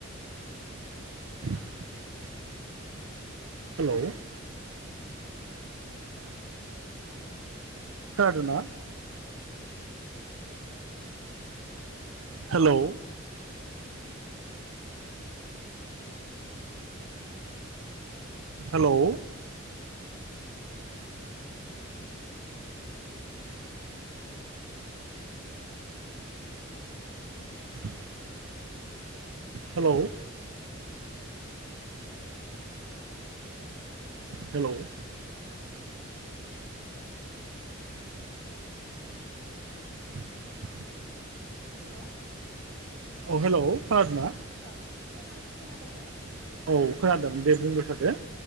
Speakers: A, on the right; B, on the right.
A: <unintelligible> हेल' खोनादोना हेल' हेल' <unintelligible> हेल' हेल' <unintelligible>
B: हेल'
A: औ हेल' खोनादोना?
B: अ खोना खोनादोंना
A: औ खोनादों दे बुंबाय थादो